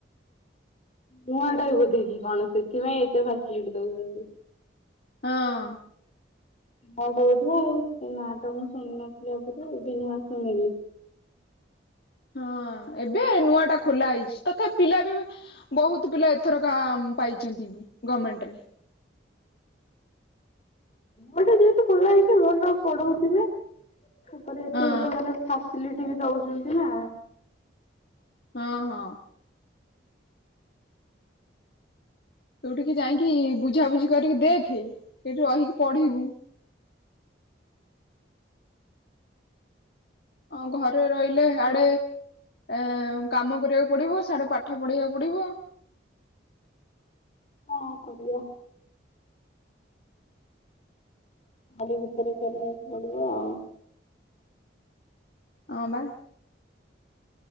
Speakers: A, on the left; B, on the left.
A: ନୂଆ ଟାଏ ବୋଧେକି କଣ ସେଥିପାଇଁ ଏତେ ଫାସିଲିଟି ଦଉଛନ୍ତି।
B: ହଁ।
A: ନୂଆଁ ଟା ବୋଧେ ଆଉ ସେ ନା ଟା ମୁଁ ଶୁଣି ନଥିଲି ଆଗରୁ ଏବେ ନୂଆଁ ଶୁଣିଲି।
B: ହଁ ଏବେ ନୂଆଁ ଟା ଖୋଲା ହେଇଛି ତଥାବି ପିଲା ବି। ବହୁତ ପିଲା ଏଥରକ ଆ ମ ପାଇଛନ୍ତି ବି ଗମେଣ୍ଟ ରେ।
A: <unintelligible> ଯେହେତୁ ଖୋଲା ହେଇଛି ଭଲ ପଢଉଥିବେ ତାପରେ ଏତେ
B: ହଁ
A: ପଢାରେ ଫାସିଲିଟି ବି ଦଉଛନ୍ତି ନା।
B: ହଁ ହଁ। କଉଠିକି ଯାଇକି ବୁଝାବୁଝି କରିକି ଦେଖେ ସେଇଠି ରହିକି ପଢିବୁ। ଅଁ ଘରେ ରହିଲେ ଆଡେ ଏ କାମ କରିବାକୁ ପଡିବ ସାଆଡେ ପାଠ ପଢେଇବାକୁ ପଡିବ।
A: କଣ କରିବା। ତାରି ଭିତରେ କରିବାକୁ ପଡିବ ଆଉ।
B: ହଁ ବା।